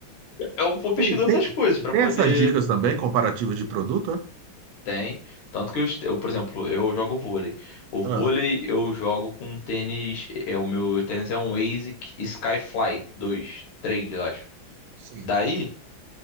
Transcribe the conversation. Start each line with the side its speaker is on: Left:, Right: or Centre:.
Left: Eu vou pesquisando
Right: Tem, tem,
Left: essas coisas para
Right: tem
Left: poder.
Right: essas dicas também, comparativa de produto? é?
Left: Tem. Tanto que eu, est- eu, por exemplo, eu jogo vôlei. O
Right: Ah,
Left: vôlei eu jogo com um tênis. É, o meu tênis é um Asics Skyfly dois três eu acho.
Right: Sim.
Left: Daí.